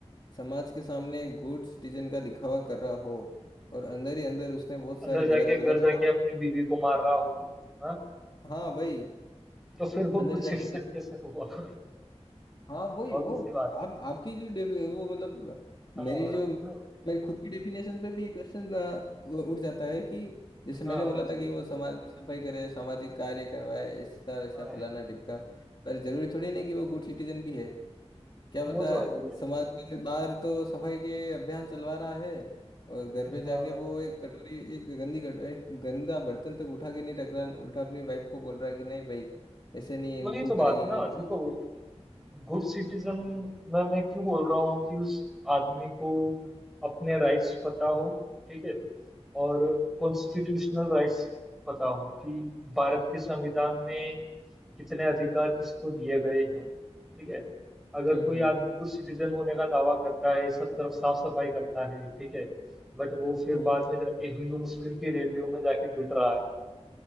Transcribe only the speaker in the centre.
अंदर
जाके
घर
जाके
अपनी बीवी को मार रहा हूँ
तो फिर वो
गुड
सिटीजन कैसे हुआ <laughs>
ऑब्वियस
सी बात
है
हाँ
वो-
हाँ
हाँ
वो
तो है ही है
हाँ
वही
तो बात
है
ना देखो गुड सिटीजन में मैं क्यों बोल रहा हूँ कि उस आदमी को अपने राइट्स पता हो ठीक है और कॉन्स्टिट्यूशनल राइट्स पता हो कि भारत के संविधान में कितने अधिकार किसको दिए गए हैं ठीक है अगर
कोई
आदमी गुड सिटीजन होने का दावा करता है सब तरफ साफ सफाई करता है ठीक है बट वो फिर
बाद में जाके हिंदू मुस्लिम की रैलियों में जाके भिड़ रहा है